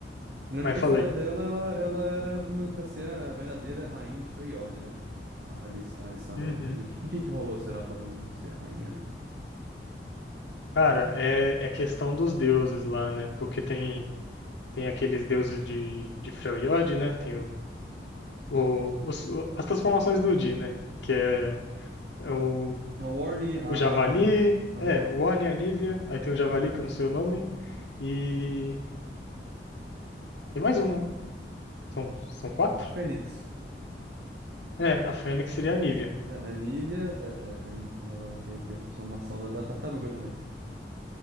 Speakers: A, on the right; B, on the left.
A: Eu lembro
B: Mas
A: que
B: falei.
A: a história dela, ela, ela era como pra ser a verdadeira rainha de Freyord, né? A, Alis, a Alissandra.
B: Uhum.
A: Mas o que, que, que rolou, será, pra ela não ser a rainha, né?
B: Cara, é, é questão dos deuses lá, né? Porque tem, tem aqueles deuses de, de Freljord, né? Tem o, o, os- o- as transformações do Udi, né? Que é, é o,
A: A Orne, a.
B: o Javali,
A: Aham.
B: é, o Orne e a Nívea, aí tem o Javali, que eu não sei o nome, e tem mais um, né? São, são quatro?
A: A Fênix.
B: É, a Fênix seria a Nívea.
A: É, A Nívia, é, é, a Ni- ela tem, tem a transformação da, da tartaruga também.